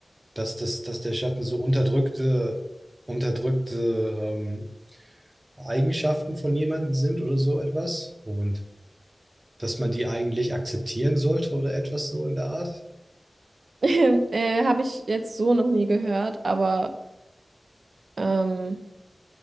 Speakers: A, on the right; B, on the right.
A: dass, das, dass der Schatten so unterdrückte, unterdrückte ähm, Eigenschaften von jemandem sind oder so etwas. Und dass man die eigentlich akzeptieren sollte oder etwas so in der Art.
B: <laughs> äh, habe ich jetzt so noch nie gehört, aber ähm,